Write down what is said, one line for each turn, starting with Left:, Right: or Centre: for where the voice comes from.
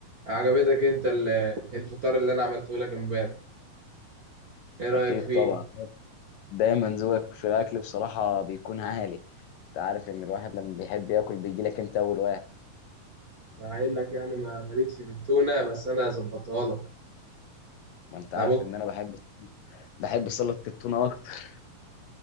Right: عجبتك انت ال- الفطار اللي انا عملته لك امبارح ايه رأيك
Left: أكيد
Right: فيه
Left: طبعا دايما ذوقك في الأكل بصراحة بيكون عالي أنت عارف إن الواحد لما بيحب ياكل بيجي لك أنت أول واحد
Right: مع انك يعني ما مالكش في التونة بس انا ظبطها لك
Left: ما أنت
Right: انا
Left: عارف
Right: ممكن
Left: إن أنا بحب بحب سلطة التونة أكتر